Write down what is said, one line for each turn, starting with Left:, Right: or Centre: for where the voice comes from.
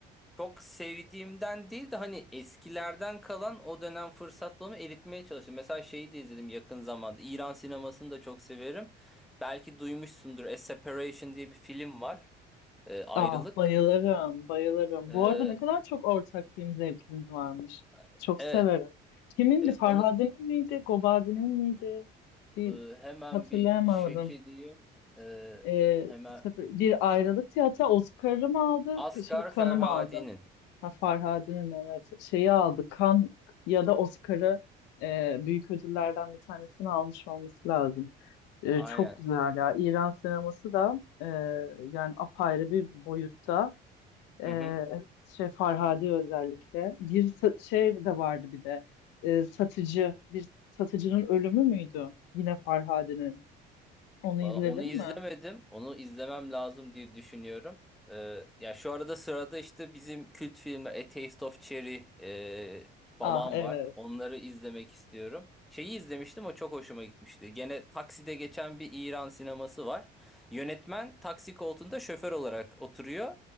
Centre: çok sevdiğimden değil de hani eskilerden kalan o dönem fırsat bulma eritmeye çalıştım. Mesela şeyi de izledim yakın zamanda. İran sinemasını da çok severim. Belki duymuşsundur. A Separation diye bir film var. E, ayrılık.
Left: Ah bayılırım, bayılırım.
Centre: Ee,
Left: Bu arada ne kadar çok ortak film zevkiniz varmış.
Centre: e,
Left: Çok
Centre: evet,
Left: severim. Kimindi?
Centre: e,
Left: Farhade'nin
Centre: onu
Left: miydi? Gobazi'nin miydi? Bir
Centre: e, hemen
Left: hatırlayamadım.
Centre: bir check edeyim. Ee,
Left: Ee,
Centre: hemen
Left: sefer- bir ayrılıktı hatta Oscar'ı mı aldı?
Centre: Asgar
Left: Şey, kanı
Centre: Ferhadi'nin.
Left: mı aldı? Ha, Farhade'nin evet. Şeyi aldı. Kan ya da Oscar'ı e, büyük ödüllerden bir tanesini almış olması lazım. E,
Centre: Aynen.
Left: çok güzel ya. İran sineması da e, yani apayrı bir boyutta. Ee,
Centre: Hı hı.
Left: şey Farhadi özellikle. Bir sa- şey de vardı bir de. Ee, satıcı. Bir satıcının ölümü müydü? Yine Farhadi'nin. Onu
Centre: Valla
Left: izledin
Centre: onu izlemedim.
Left: mi?
Centre: Onu izlemem lazım diye düşünüyorum. Ee, ya şu arada sırada işte bizim kült filmler A Taste of Cherry e, falan
Left: Ah evet.
Centre: var. Onları izlemek istiyorum. Şeyi izlemiştim o çok hoşuma gitmişti. Gene takside geçen bir İran sineması var. Yönetmen taksi koltuğunda şoför olarak oturuyor.